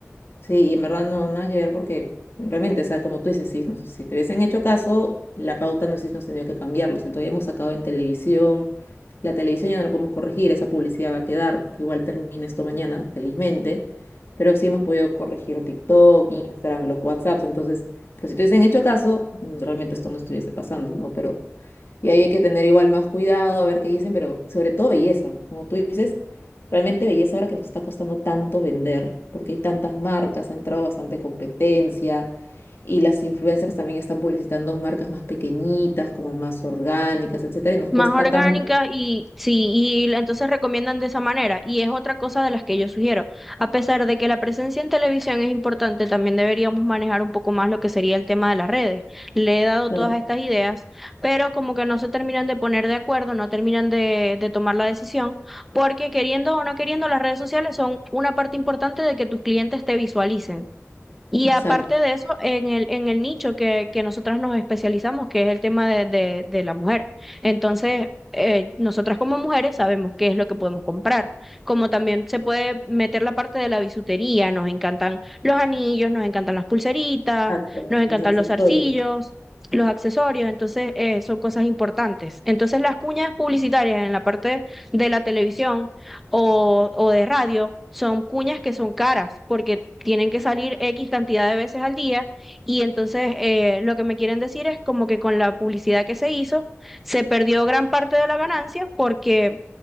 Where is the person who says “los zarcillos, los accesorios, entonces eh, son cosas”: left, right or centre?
Centre